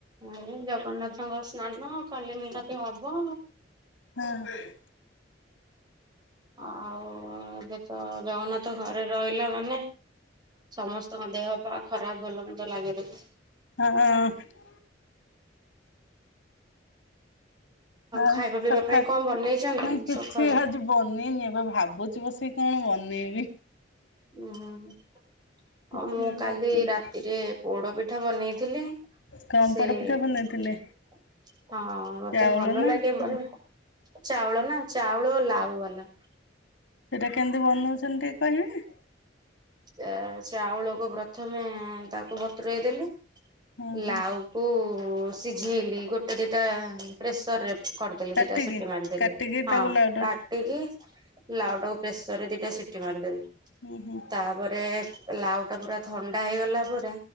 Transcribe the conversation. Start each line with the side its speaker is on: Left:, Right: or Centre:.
Right: ନାଇ ଜଗନ୍ନାଥଙ୍କ ସ୍ନାନ କାଲି ନିହାତି ହବ।
Left: ହଁ।
Right: ଆଉ ଏବେ ତ ଜଗନ୍ନାଥ ଘରେ ରହିଲା ମାନେ ସମସ୍ତଙ୍କ ଦେହ ପା ଖରାପ ଭଲ ମନ୍ଦ୍ ଲାଗେ ର
Left: ହଁ। ଆଉ
Right: ଖାଇବା ପିଇବା
Left: ସଖା
Right: ପାଇଁ କଣ ବନେଇଛନ୍ତି
Left: ନଇ କିଛି
Right: ସକାଳୁ?
Left: ହଜିିବ ବନେଇନି ଏବେ ଭାବୁଚି ବସିକ କଣ ବନେଇବି।
Right: ଉୁ ଆଉ
Left: କିଛି
Right: ମୁଁ
Left: ବି
Right: କାଲି
Left: ବନେଇନି
Right: ରାତିରେ ପୋଡ ପିଠା ବନେଇଥିଲି
Left: କଣ
Right: ସେ
Left: ପୋଡ ପିଠା ବନେଇଥିଲେ
Right: ହଁ ମତେ
Left: ଚାଉଳ
Right: ଭଲ
Left: ନା
Right: ଲାଗେ ମାନେ
Left: ବି
Right: ଚାଉଳ ନା ଚାଉଳ ଲାଉ ବାଲା।
Left: ସେଇଟା କେମିତି ବନାଉଛନ୍ତିନ ଟିକେ କହିବେ?
Right: ଆ ଚାଉଳକୁ ପ୍ରଥମେ ତାକୁ ବତୁରଇ ଦେଲି
Left: ହଁ ହଁ।
Right: ଲାଉ କୁ ସିଝଇଲି ଗୋଟେ ଦିଟା ପ୍ରେସର ରେ କରିଦେଲି
Left: କାଟିକି
Right: ଦିଟା ସିଟି ମାରିଦେଲି
Left: କାଟିକି ତାକୁ
Right: ହଁ
Left: ଲାଉଡ
Right: କାଟିକି ଲାଉ ଟାକୁ ପ୍ରେସର ରେ ଦିଇଟା ସିଟି ମାରିଦେଲି।
Left: ହୁଁ ହୁଁ।
Right: ତାପରେ ଲାଉ ଟା ପୁରା ଥଣ୍ଡା ହେଇଗଲା ପରେ